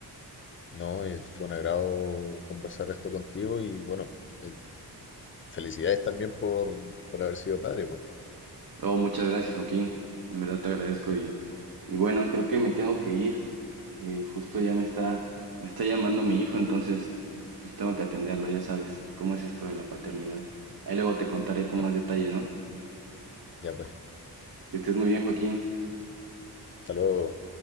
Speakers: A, on the left; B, on the right.
A: No, y fue un agrado conversar esto contigo y bueno, eh, felicidades también por, por haber sido padre, pues.
B: Oh, muchas gracias, Joaquín. En verdad te agradezco
A: Sí,
B: y,
A: pues,
B: y bueno, creo que me tengo que ir. Eh, justo ya me está, me está llamando mi hijo, entonces pues tengo que atenderlo, ya sabes, cómo es esto de la paternidad. Ahí luego te contaré con
A: claro.
B: más detalle, ¿no?
A: Ya pues,
B: Que estés muy bien, Joaquín.
A: hasta luego.